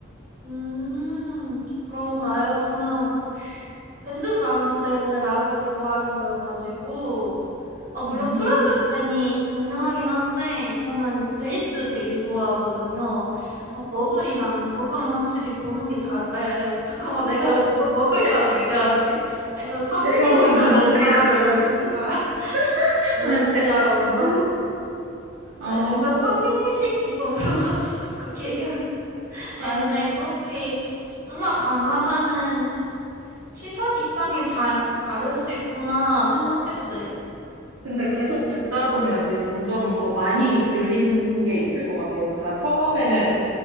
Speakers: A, on the right; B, on the right.
A: 음, 그런가요? 저는 밴드 사운드 때문에 락을 좋아하는 거여가지고 아, 물론
B: 오.
A: 프론트맨이 중요하긴 한데 저는 베이스 되게 좋아하거든요. 아, 머글이랑 머글은 확실히 보는 게 다르. 에, 잠깐만 내가 왜 계속 머글이라고 얘기하지? 아니 전 선민의식
B: 제가 먼저
A: 가진
B: 먹으리라
A: 사람이
B: 그래가지고,
A: 아닙니다. <laughs>
B: <laughs>
A: 아무튼
B: 아, 제가 먼저. 아,
A: 아, 약간 선민의식 있어 보여가지고 <laughs> 그렇게 얘기하니. 아니,
B: 아,
A: 근데 그렇게 음악 감상하는 시선 입장이 다, 다를 수 있구나 생각했어요.
B: 근데 계속 듣다 보면 이제 점점 더 많이 들리는 게 있을 것 같아요. 그러니까 처음에는